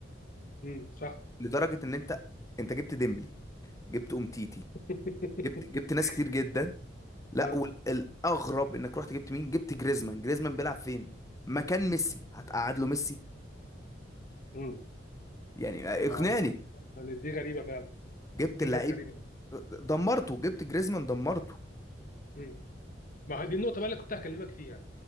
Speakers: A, on the left (about 45°); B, on the left (about 15°).
A: مم. صح
B: لدرجه ان انت انت جبت ديمبلي جبت امتيتي
A: <laughs>
B: جبت جبت ناس كتير جدا لا
A: اه
B: والاغرب انك رحت جبت مين جبت جريزمان جريزمان بيلعب فين مكان ميسي هتقعد له ميسي
A: مم.
B: يعني
A: ما
B: اقنعني
A: هو يعني دي غريبه فعلا
B: جبت
A: دي
B: اللعيب
A: كانت غريبه
B: دمرته جبت جريزمان دمرته
A: مم. ما هي دي النقطة بقى اللي كنت هكلمك فيها